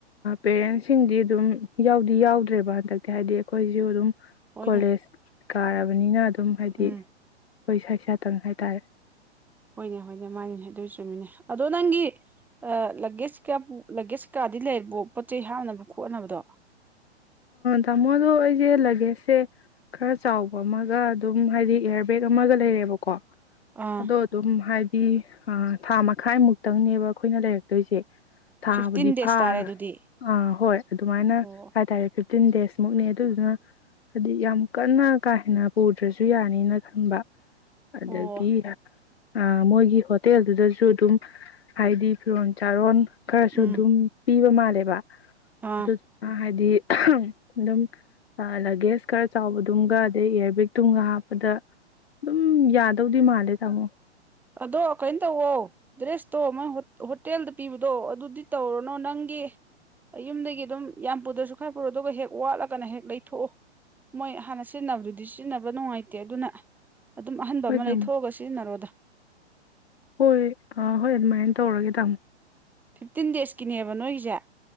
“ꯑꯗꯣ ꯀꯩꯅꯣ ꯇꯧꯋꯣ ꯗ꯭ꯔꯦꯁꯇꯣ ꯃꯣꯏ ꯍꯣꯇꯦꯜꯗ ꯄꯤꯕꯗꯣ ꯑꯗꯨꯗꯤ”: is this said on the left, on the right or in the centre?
Centre